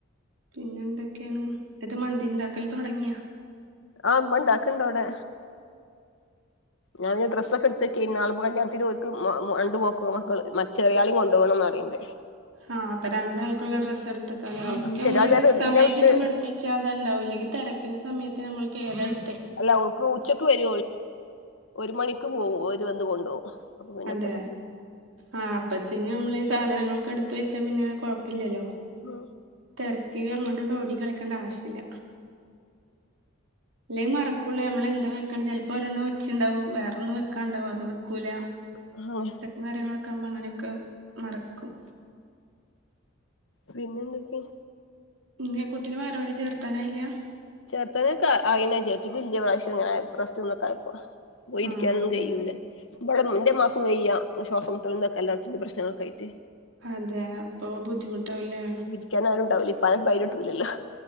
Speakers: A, on the right; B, on the left.
A: പിന്നെ എന്തൊക്കെയാണ് ഇട്ട് മന്തി ണ്ടാക്കല് തുടങ്ങിയാ
B: ആഹ് മണ്ടാക്കണണ്ടവിടെ ഞാനൻരു ഡ്രസ്സൊക്കെ എടുത്ത ക്കയനു നാല്പ്പ കല്യാണത്തിന്ക്ക് മണ്ട്മോക്ക മകള ചെറി യാളിംകൊണ്ട പോകണംന്ന് അറയിണ്ടേ
A: ആഹ് അപ്പൊ രണ്ടാൾക്കുള്ള ഡ്രസ്സ് എടുത്ത കാല നമ്മള്
B: ചെറിയാള് ഇന്നെ
A: സമയം
B: വിട്ട്
A: കിട്ടുമ്പോ എടുത്ത ച്ച അത ഉണ്ടാവും ല്ലെ ങ്കി തിരക്കിന്റെ സമയത്ത് നമ്മൾക്ക് ഏതെടു
B: അല്ല ഓക്ക് ഉച്ചക്ക് വരു ഒരു മണിക്ക് പോവു ഒരു വന്ന് കൊണ്ടോവും അപ്പൊ പിന്നെ
A: അതെ
B: അപ്പ
A: ആഹ് അപ്പത്തേന് നമ്മളീസാധനങ്ങളൊക്കെ എടുത്ത വെച്ചാ പിന്നെ കൊഴപ്പില്ലല്ലോ
B: മ്
A: തെരക്കിലങ്ങോണ്ട്ങ്ങോട്ട് ഓടി കളിക്കണ്ട ആവശ്യല്ല ല്ലെങ്കിമറക്കൊള്ളേ നമ്മളെന്താ വെക്ണ് ചെൽപ്പോ ഒരെണ്ണം വെച്ചിണ്ടാവും വേറെന്നു വെക്കാണ്ടാവുംഅത് വെക്കൂല
B: <unintelligible>
A: വരങ്ങളൊക്കെ മ്മങ്ങനെക്കെ മറക്കും
B: പിന്നെ ന്തൊക്കെയ
A: പിന്നെകുട്ടിനെ വാലവാടി ചേർത്താനായില്ലാ
B: ചേർത്താനെക്ക അയിണ്ണു ചേർത്തിട്ടി ല്യ പശേങ്ങനെ പ്രശ്നങ്ങായപോ പോയിരിക്കാനൊന്നും
A: ആഹ് അതെ
B: കയ്യൂല പടെ ന്റെമാക്കും വയ്യാ ശ്വാസം മുട്ടലും തൊക്കെ എല്ലാത്തിന്റെ പ്രശ്നങ്ങളൊക്കായിറ്റ്
A: അതേ പ്പൊ ബുദ്ധിമുട്ടാവില്ലേ
B: ഇരിക്യാനാരുണ്ടാവുല ഇപ്പാനെ പൈന് ട്ടൂലല്ലോ